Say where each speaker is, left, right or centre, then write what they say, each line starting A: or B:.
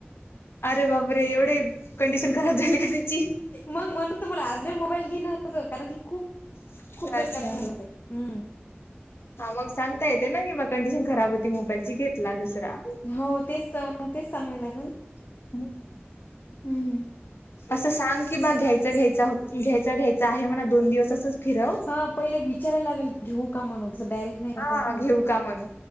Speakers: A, on the left; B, on the left.
A: अरे बापरे! एवढे कंडिशन खराब झाली का त्याची?
B: मग म्हणून तर मला आजही मोबाईल घेनं होतं कारण की खूप
A: <unintelligible>
B: खूप बेकार
A: अच्छा
B: झालं ते हम्म
A: हा मग सांगता येते ना की म कंडिशन खराब होती मोबाईलची घेतला दुसरा.
B: हो तेच तर मग तेच सांगाय लागेल.
A: <inaudible>
B: हम्म हम्म.
A: असं सांग की बा घ्यायचा घ्यायचा होत घ्यायचा घ्यायचा आहे म्हणा दोन दिवस असंच फिरव
B: हा पहिले विचारयला लागेल घेऊ का <unintelligible> डायरेक्ट नाही करता
A: हा
B: येत ना
A: घेऊ का म्हणून